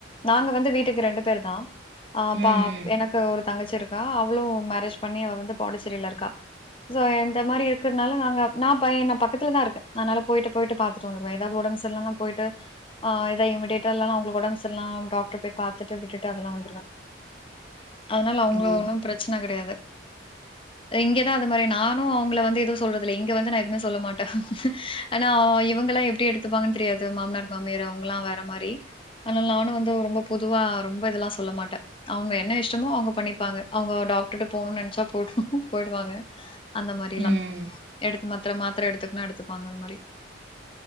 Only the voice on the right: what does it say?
ம்,
ம்.
ஓ!
ம்.